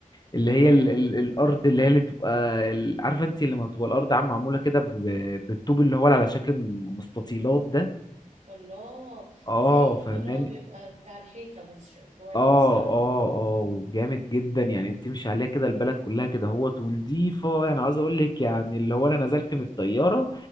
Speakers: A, on the left; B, on the right.
A: اللي هي
B: اه
A: ال ال الارض اللي هي اللي بتبقى ال- عارفه انت لما بتبقى الارض عامه معموله كده ب- بالطوب اللي هو على شكل مستطيلات ده
B: الله
A: اه
B: زي الطوب
A: فاهمان
B: اللي هو بيبقى بتاع الحيطة بس ش- شوية
A: اه
B: صح
A: اه اه وجامد جدا يعني بتمشي عليها كده البلد كلها كده هوت ونضيفة يعني عاوز اقول لك يعني اللي هو انا نزلت من الطيارة